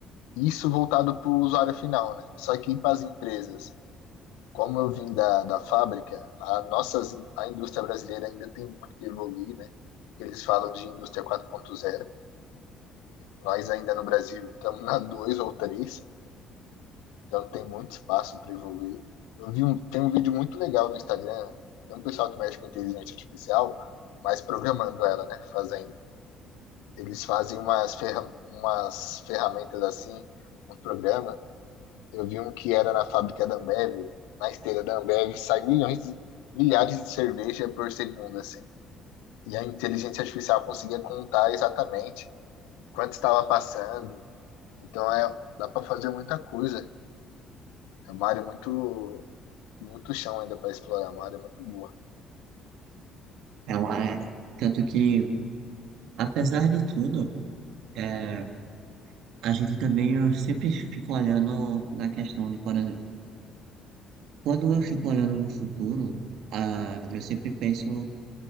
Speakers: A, on the left; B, on the right.
A: isso voltado para o usuário final, né? Só que para as empresas, como eu vim da, da fábrica, a nossas, a indústria brasileira ainda tem muito que evoluir, né? Eles falam de indústria quatro ponto zero Nós ainda no Brasil estamos na 2 ou três Então tem muito espaço para evoluir. Eu vi um, tem um vídeo muito legal no Instagram. Tem um pessoal que mexe com inteligência artificial, mas programando ela, né? Fazendo. Eles fazem umas, ferra, umas ferramentas assim, um programa. Eu vi um que era na fábrica da Ambev, na esteira da Ambev, sai milhões, de- milhares de cerveja por segundo, assim. E a inteligência artificial conseguia contar exatamente quanto estava passando. Então é, dá para fazer muita coisa. É uma área muito Muito chão ainda para explorar, uma área muito boa.
B: É uma- Tanto que, apesar de tudo, é, A gente também, eu sempre fico olhando na questão de, por exemplo, quando eu fico olhando no futuro, ah, eu sempre penso